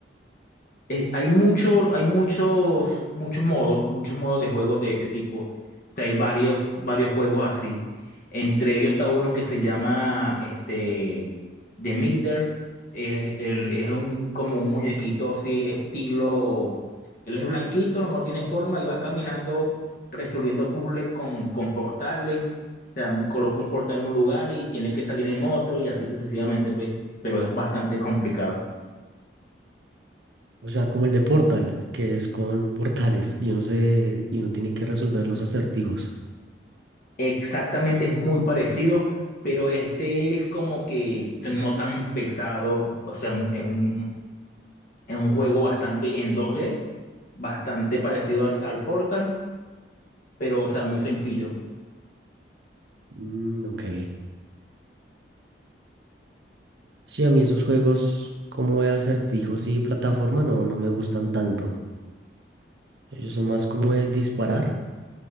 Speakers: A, on the left (about 50°); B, on the right (about 80°).
A: eh, hay mucho, hay muchos, muchos modos, muchos modos de juegos de ese tipo. O sea, hay varios, varios juegos así. Entre ellos está uno que se llama este, The Migder. Es, el- es un, como un muñequito así, estilo. Él es blanquito, no tiene forma y va caminando resolviendo puzzles con, con portales. O sea, coloca un portal en un lugar y tiene que salir en otro y así sucesivamente, pues. Pero es bastante complicado.
B: O sea, como el de Portal, que es con portales y uno se, y uno tiene que resolver los acertijos.
A: Exactamente, es muy parecido, pero este es como que no tan pesado, o sea, un- es un, es un juego bastante en dos d bastante parecido al, al Portal, pero, o sea, muy sencillo.
B: Mm, ok. Sí, a mí esos juegos como de acertijos y plataforma no, no me gustan tanto. Ellos son más como de disparar